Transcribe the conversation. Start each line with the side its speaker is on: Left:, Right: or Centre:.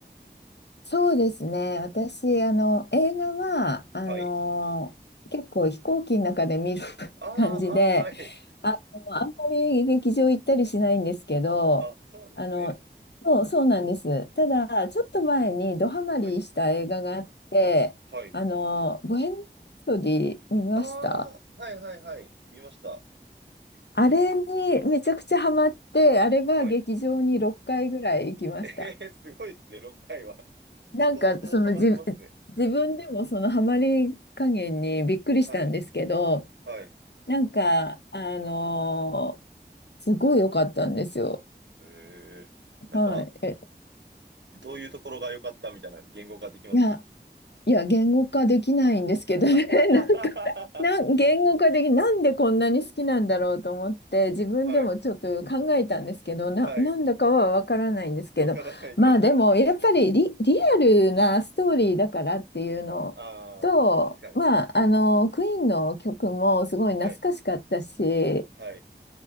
Left: そうですね。私、あの、映画は、あの、
Right: はい。
Left: 結構飛行機の中で見る <laughs>
Right: ああ、
Left: 感じで、
Right: ああ、はい。
Left: あの、あんまり劇場行ったりしないんですけど、
Right: あ、そうなんですね。
Left: あの、そう、そうなんです。ただ、ちょっと前にドハマりした映画があって、
Right: はい。はい。
Left: あの、ボヘミアン・ラプソディ見ました。
Right: ああ、はいはいはい。見ました。
Left: あれにめちゃくちゃハマって、あれは劇場に6回ぐらい行きました。
Right: はい。えー、すごいですね、6回は。
Left: なんかその自、
Right: 相当ハマってますね。
Left: 自分でもそのハマり加減にびっくりしたんですけど、
Right: はい。はい。
Left: なんか、あのーすごい良かったんですよ。
Right: えー、なんか、
Left: はい。え、
Right: どういうところが良かったみたいな言語化できます
Left: いや、いや、言語化できないんですけどね、
Right: <laughs>
Left: <laughs> なんか、なん、言語化でき、なんでこんなに好きなんだろうと思って、自分でもちょっと考えたんですけど、
Right: はい、
Left: な、
Right: はい。
Left: なんだかはわからないんですけど、
Right: わからないけど。
Left: まあでも、
Right: <laughs>
Left: やっぱりリ、リアルなストーリーだからっていうのと、
Right: ああ、確かに。
Left: まあ、あの、クイーンの曲もすごい懐かしかったし、
Right: はい、はい。